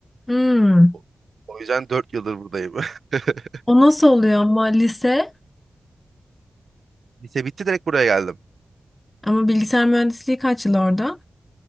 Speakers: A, on the left; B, on the right.
A: Hmm.
B: O o yüzden dört yıldır buradayım. <laughs>
A: O nasıl oluyor ama lise?
B: Lise bitti direkt buraya geldim.
A: Ama bilgisayar mühendisliği kaç yıl orada?